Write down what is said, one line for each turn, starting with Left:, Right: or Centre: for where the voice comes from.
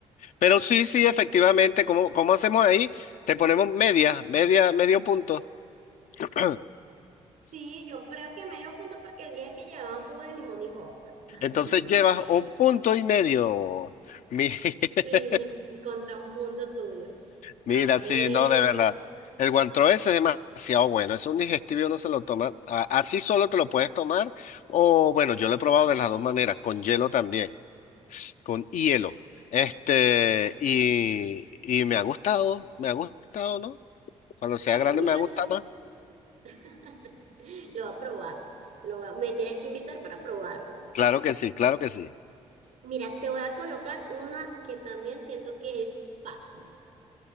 Left: Pero sí, sí, efectivamente, ¿cómo, cómo hacemos ahí? Te ponemos media, media, medio punto. <clears throat>
Right: Sí, yo creo que medio punto porque dije que llevaban jugo de limón y vodka. <laughs>
Left: Entonces llevas un punto y medio. Mi- <laughs>
Right: Y contra un punto tuyo.
Left: Mira,
Right: A ver.
Left: sí, no, de verdad. El guantró ese es demasiado bueno. Es un digestivo, no se lo toma. a- Así solo te lo puedes tomar. O bueno, yo lo he probado de las dos maneras, con hielo también, con hielo. Este, y, y me ha gustado, me ha gustado, ¿no? Cuando sea
Right: Ah,
Left: grande
Right: mira
Left: me ha gustado
Right: tú.
Left: más.
Right: <laughs> Lo voy a probar. Lo voy a- Me tienes que invitar para probarlo.
Left: Claro que sí, claro que sí.
Right: Mira, te voy a colocar una que también siento que es fácil.